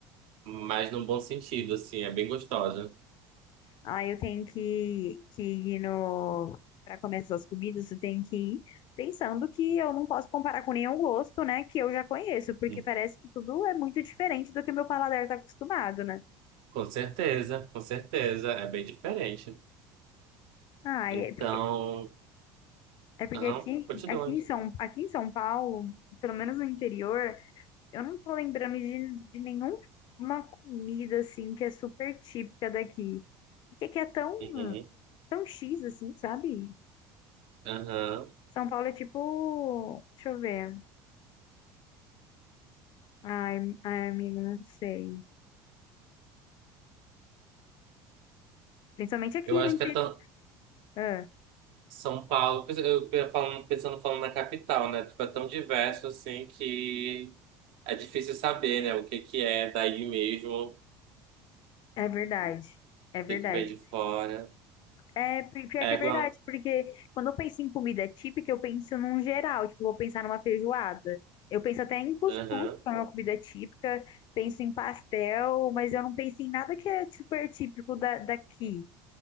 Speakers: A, on the right; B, on the left.
A: mas num bom sentido, assim, é bem gostosa.
B: Aí eu tenho que, que ir no. Para comer essas comidas, eu tenho que ir pensando que eu não posso comparar com nenhum gosto, né? Que eu já conheço, porque
A: Hum.
B: parece que tudo é muito diferente do que meu paladar está acostumado, né?
A: Com certeza, com certeza, é bem diferente.
B: Ah,
A: Então.
B: é porque, é porque
A: Aham,
B: aqui,
A: continua.
B: aqui, em São, aqui em São Paulo, pelo menos no interior, eu não tô lembrando de, de nenhuma comida assim que é super típica daqui. Porque que é tão
A: Uhum,
B: são X, assim, sabe?
A: aham.
B: São Paulo é tipo. Deixa eu ver. Ai, ai, amiga, não sei. Principalmente aqui
A: Eu acho
B: no interior.
A: que é tão.
B: Ah,
A: São Paulo, eu pe- falando, pensando falando na capital, né? Tipo, é tão diverso assim que é difícil saber, né? O que que é daí mesmo, o
B: é verdade. É verdade.
A: que que vem de fora.
B: É, pi- pior
A: É
B: que é
A: igual.
B: verdade, porque quando eu penso em comida típica, eu penso num geral, tipo, eu vou pensar numa feijoada. Eu penso até em cuscuz,
A: Aham.
B: que é uma comida típica, penso em pastel, mas eu não penso em nada que é super típico da, daqui.